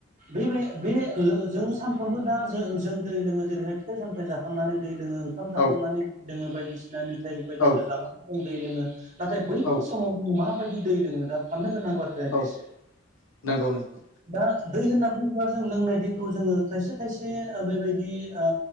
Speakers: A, on the right; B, on the left.
A: बेबाय बे जों सानफ्रोमबो दा ज जों दै लोंङो जेरैहाय फिथाइ सामथाइ जाखांनानै दै लोंङो। ओंखाम
B: औ
A: जाखांनानै लोंङो बायदिसिना मिथाइ बायदिसिना
B: औ
A: जानानै जों दै लोंङो नाथाय बैफोर
B: औ
A: समाव माबायदि दै लोंङो दा फाननो गोनां बाथ्राया
B: औ
A: बेसो।
B: नंगौ नोंथां
A: दा दै होनना बुङोबा जों लोंनाय दैखौ जोंङो खायसे खायसे बेबायदि ओ